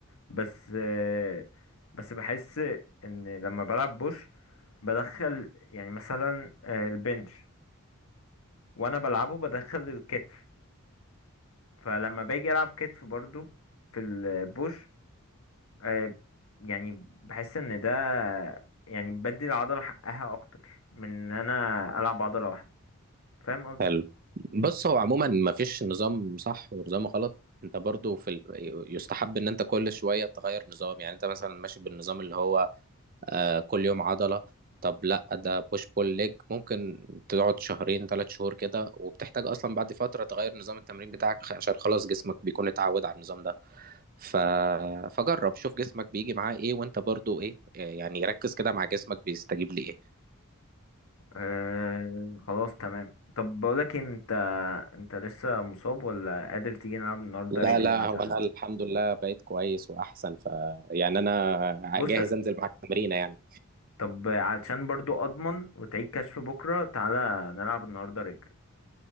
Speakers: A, on the left; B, on the right.
A: بس أه بس بحس إن لما بلعب بوش بدخل يعني مثلا آه، البنش وانا بلعبه بدخل الكتف فلما باجي العب كتف برضو في البوش آه، يعني بحس ان ده يعني بدي العضلة حقها اكتر من ان انا العب عضلة واحدة فاهم قصدي
B: حلو بص هو عموما ما فيش نظام صح ونظام غلط انت برضو في ال... يستحب ان انت كل شوية تغير نظام يعني انت مثلا ماشي بالنظام اللي هو آه كل يوم عضلة طب لا ده بوش بول ليج ممكن تقعد شهرين ثلاث شهور كده وبتحتاج اصلا بعد فترة تغير نظام التمرين بتاعك خ- عشان خلاص جسمك بيكون اتعود على النظام ده ف... فجرب شوف جسمك بيجي معاه ايه وانت برضو ايه آه، يعني ركز كده مع جسمك بيستجيب لايه
A: آه خلاص تمام طب بقولك إيه، انت انت لسه مصاب ولا قادر تيجي نلعب النهارده رجل
B: لا لا
A: مثلا
B: هو انا الحمد لله بقيت كويس واحسن ف يعني انا
A: بص
B: جاهز انزل معاك تمرينه يعني
A: طب علشان برضو اضمن وتعيد كشف بكره تعالى نلعب النهارده رجل